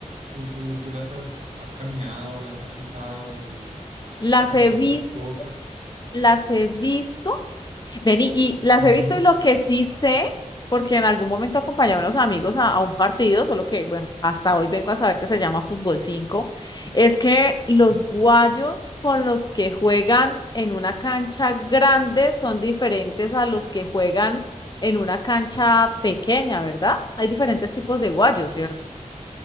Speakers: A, on the right (about 60°); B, on the left (about 35°).
A: ¿Tú, tú, tú las has, has caminado, las has usado
B: Las
A: para
B: he visto,
A: otras cosas?
B: las he visto, Vení, y las
A: Ujú,
B: he visto y lo que sí sé, porque en algún momento acompañé a
A: ujú,
B: unos amigos a, a un partido, solo que, bueno, hasta hoy vengo a saber que se llama Fútbol 5. es que los
A: sí.
B: guayos con los que juegan en una cancha grande son diferentes a los que juegan en una cancha pequeña, ¿verdad? Hay diferentes tipos de guayos, ¿cierto?